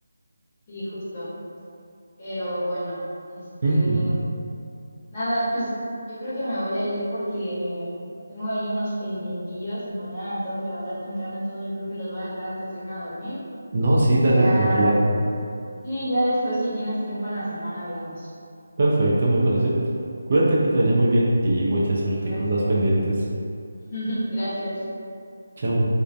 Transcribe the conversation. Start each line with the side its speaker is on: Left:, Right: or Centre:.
Left: Sí, justo. Pero bueno, este...
Right: Ujú.
Left: Nada, pues yo creo que me voy a ir porque tengo ahí unos pendientillos y mañana me tengo que levantar temprano, entonces yo creo que los voy a dejar antes de irme a dormir
Right: No, sí,
Left: y
Right: dale
Left: ya,
Right: tranquila.
Left: sí, ya después si tienes tiempo en la semana hablamos.
Right: Perfecto, me parece. Cuídate que te vaya muy bien y mucha suerte
Left: Gracias.
Right: con las pendientes.
Left: <laughs> Gracias.
Right: Chao.